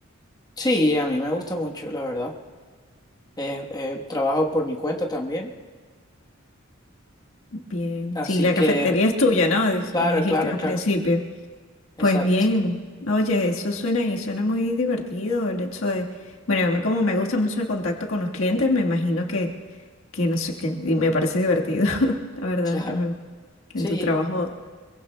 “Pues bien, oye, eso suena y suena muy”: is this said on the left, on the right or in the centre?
Left